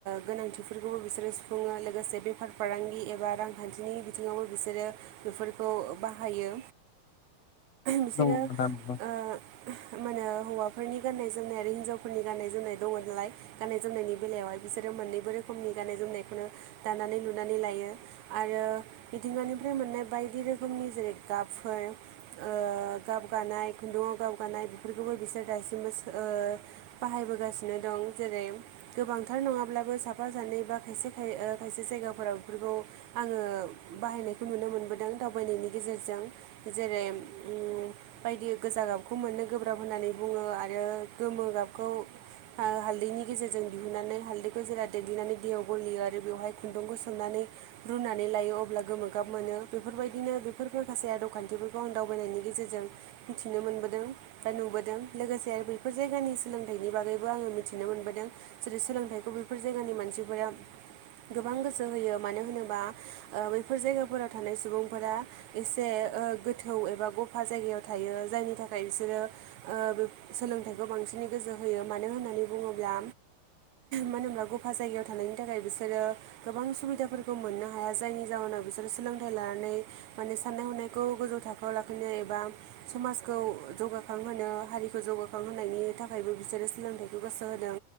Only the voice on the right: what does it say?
गोनांथिफोर खौबो बिसोरो सुफुङो लोगोसे बेफार फालांगि एबा रांखान्थिनि बिथिङावबो बिसोरो बेफोरखौ ओ बाहायो बिसोरो
ओ मा होनो हौवाफोरनि गाननाय जोमनाय आरो हिनजावफोरनि गाननाय जोमनाय दङ नालाय गाननाय जोमनायनि बेलायावहाय बिसोरो मोननैबो रोखो खोमनि गाननाय जोमनायखौनो दानानै नुनानै लायो आरो मिथिंगानिफ्राय मोननाय बायदि रोखोमनि जेरै गाबफोर ओ गाब गानाय खुन्दुङाव गाब गानाय बेफोरखौबो बिसोर दासिमबो ओ‌ बाहायबोगासिनो दं जेरै गोबांथार नङाब्लाबो साफा साफा सानै बा खायसे‌ खाय ओ खायसे जायगाफोराव बेफोरखौ आङो बाहायनायखौ नुनो मोनबोदों दावबायनायनि गेजेरजों जेरै उम बायदि गोजा गाबखौ मोननो गोब्राब होननानै बुङो आरो गोमो गाबखौ ओ हालदैनि गेजेरजों दिहुननानै हालदैखौ जेरा देग्लिनानै दैयाव गलियो आरो बेवहाय खुन्दुंखौ सोमनानै रुनानै लायो अब्ला गोमो गाब मोनो बेफोर बेफोरबायदिनो बेफोर माखासे आदब खान्थिफोरखौ आ दावबायनायनि गेजेरजों मिथिनो मोनबोदों बा नुबोदों लोगोसे आरो बैफोर जायगानि सोलोंथाइनि बागैबो आङो मिथिनो मोनबोदों जेरै सोलोंथाइखौ बै फोर जायगानि मानसिफोरा गोबां गोसो होयो मानो होनोबा ओ बैफोर जायगाफोराव थानाय सुबुंफोरा एसे ओ गोथौ एबा गफा जायगायाव थायो जायनि थाखाय बिसोरो ओ बे सोलोंथाइखौ बां सिनै गोसो होयो मानो होननानै बुङोब्ला मानो होनब्ला गफा जायगायाव थानायनि थाखाय बिसोरो गोबां सुबिदाफोरखौ मोननो हाया जायनि जाहोनाव बिसोरो सोलोंथाइ ला नानै माने साननाय हनायखौ गोजौ थाखोआव लाखिनो एबा समाजखौ जौगाखांहोनायाव ओ हारिखौ जौगाखांहोनायनि थाखायबो बिसोरो सोलोंथाइखौ गोसो होदों